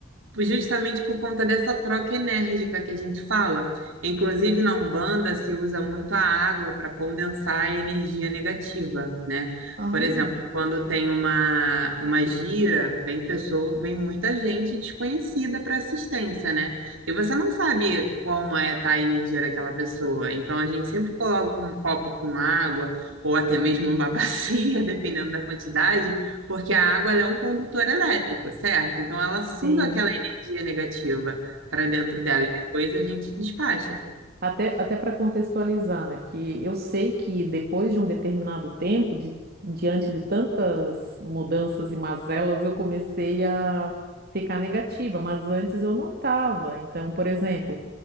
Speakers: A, on the right; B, on the right.
A: Justamente por conta dessa troca enérgica que a gente fala. Inclusive, na Umbanda se usa muito a água para condensar a energia negativa, né?
B: Ah,
A: Por exemplo, quando tem uma, uma gira, vem pessoa, vem muita gente desconhecida para assistência, né? E você não sabe como é tá a energia daquela pessoa. Então, a gente sempre coloca um copo com água, ou até mesmo uma <laughs> bacia, dependendo da quantidade, porque a água ela é um condutor elétrico, certo? Então, ela suga
B: sim.
A: aquela energia negativa para dentro dela e depois a gente despacha.
B: Até, até para contextualizar, né? Porque eu sei que depois de um determinado tempo, de- diante de tantas mudanças e mazelas, eu comecei a ficar negativa, mas antes eu não estava. Então, por exemplo,